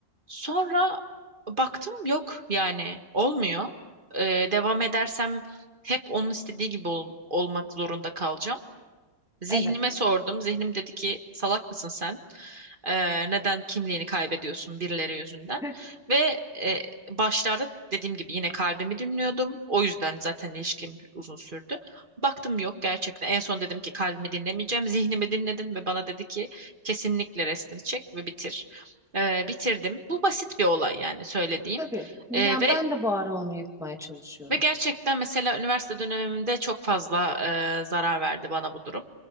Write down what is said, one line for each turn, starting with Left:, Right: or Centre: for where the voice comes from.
Right: sonra baktım yok yani olmuyor. Ee, devam edersem hep onun istediği gibi ol- olmak zorunda kalacağım. Zihnime
Centre: Evet.
Right: sordum. Zihnim dedi ki salak mısın sen? Ee, neden kimliğini kaybediyorsun birileri yüzünden?
Centre: <laughs>
Right: Ve e, başlarda dediğim gibi yine kalbimi dinliyordum. O yüzden zaten ilişkim uzun sürdü. Baktım yok gerçekten. En son dedim ki kalbimi dinlemeyeceğim. Zihnimi dinledim ve bana dedi ki kesinlikle restini çek ve bitir. Ee, bitirdim. Bu basit bir olay yani söylediğim.
Centre: Tabii.
Right: Ee,
Centre: Yani
Right: ve
Centre: ben de bu ara onu yapmaya çalışıyorum.
Right: ve gerçekten mesela üniversite dönemimde çok fazla e, zarar verdi bana bu durum.